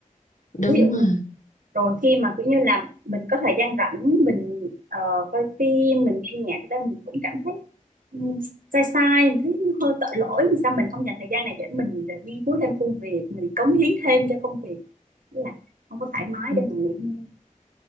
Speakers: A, on the left; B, on the right.
A: đúng
B: ví dụ
A: rồi.
B: như rồi khi mà kiểu như là mình có thời gian rảnh mình ờ, coi phim mình nghe nhạc thì đó mình cũng cảm thấy ừm, sai sai mình thấy hơi tội lỗi vì sao mình không dành thời gian này để mình để nghiên cứu thêm công việc mình cống hiến thêm cho công việc Tức là không có thoải mái
A: Ừ,
B: để mà nghỉ ngơi